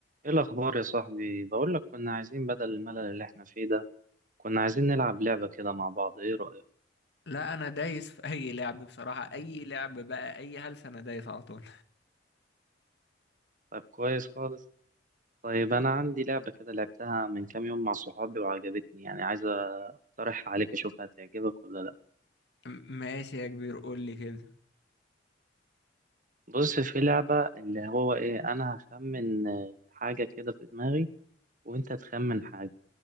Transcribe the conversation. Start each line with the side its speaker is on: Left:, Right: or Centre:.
Right: ايه الاخبار يا صاحبي بقول لك كنا عايزين بدل الملل اللي احنا فيه ده كنا عايزين نلعب لعبة كده مع بعض ايه رأيك
Left: لا انا دايس في اي لعب بصراحة اي لعب بقى اي هلس انا دايس على طول
Right: طيب كويس خالص طيب انا عندي لعبة كده لعبتها من كام يوم مع صحابي وعجبتني يعني عايز اقترحها عليك اشوف هتعجبك ولا لا
Left: م- ماشي يا كبير قول لي كده
Right: بص في لعبة اللي هو ايه انا هخمن آه، حاجة كده في دماغي وانت تخمن حاجة